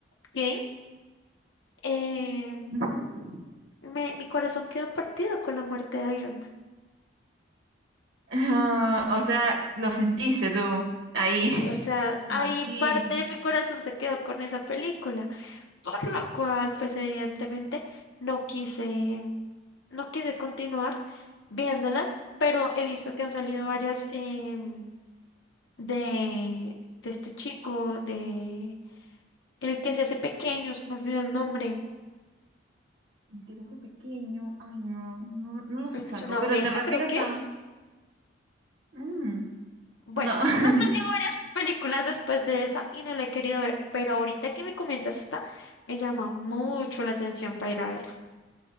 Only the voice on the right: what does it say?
Ujú.
Ah, o sea, lo sentiste tú ahí.
<laughs>
Imagino.
Creo que pequeño. Ay, no, no, no lo
saco.
Pero
te refieres
a.
Mm,
no, <laughs>
no.